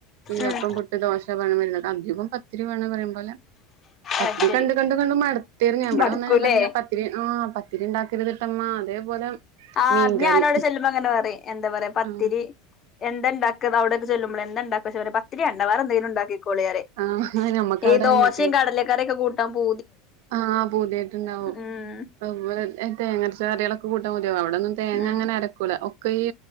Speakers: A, on the right; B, on the left.
A: ഈ
B: ഉം
A: അപ്പം പുട്ട് ദോശ വേണം വര്ന്നോല്ക്ക് അധികം പത്തിരി വേണം പറയുമ്പോലെ പത്തിരി
B: അത് ശരി
A: കണ്ട് കണ്ട് കണ്ട് മട്ത്ത്ണ് ഞാൻ ബടെ
B: മടുക്കൂലേ
A: വന്ന ഞാൻ പറിം ഞാ പത്തിരി ആ പത്തിരിണ്ടാക്കരുത്ട്ടമ്മാ അതേപോലെ
B: ആ
A: മീൻകറി
B: അത് ഞാനവിടെ ചെല്ലുമ്പോ അങ്ങനെ പറിം എന്താ പറയാ പത്തിരി
A: ആ
B: എന്താണ്ടാ ക്ക അവ്ടൊക്കെ ചെല്ലുമ്പളേ എന്തണ്ടാക്കാെയ്ച്ച ഞ <unintelligible> പ പത്തിരി ആണ്ട വേറെന്തേലും ണ്ടാക്കിക്കോളിയറിം
A: ആ നമ്മക്ക്
B: ഈ
A: അവിടെ
B: ദോശേം
A: കണ്ടിട്ട്
B: കടലക്കറിക്കെ കൂട്ടാൻ പൂ
A: ആ പുതിയേത്ട്ട്ണ്ടാവും
B: ഉം
A: അതുപോലെ തേങ്ങരച്ച കറിയളൊക്കെ കൂട്ടാൻ ഒ അവ്ടെന്നും തേങ്ങങ്ങനെ
B: ഉം
A: അരക്കൂല ഒക്കെ ഈ